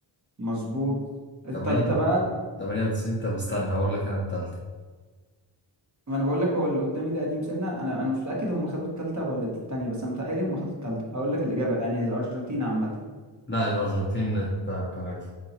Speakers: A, on the right (about 35°); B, on the left (about 25°).
A: مظبوط التالتة
B: 8
A: بقى
B: 98 طب استنى هقول لك أنا التالتة
A: ما انا بقول لك هو اللي قدامي ده قديم سنة انا انا مش متأكد هم خدوا التالتة ولا دي التانية بس انا متهيألي هم خدوا التالتة هقول لك الإجابة يعني الأرجنتين عامة
B: لا الأرجنتين تلاتة